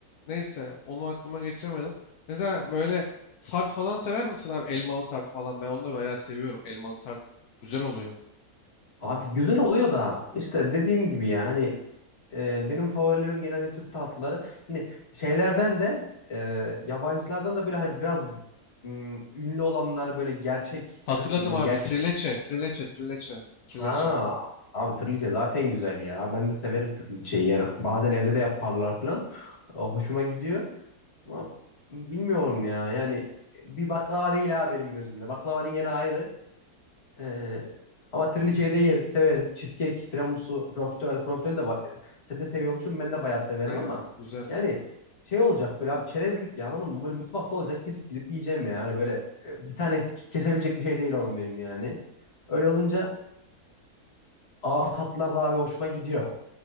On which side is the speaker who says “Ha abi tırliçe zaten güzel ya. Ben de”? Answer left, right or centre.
Left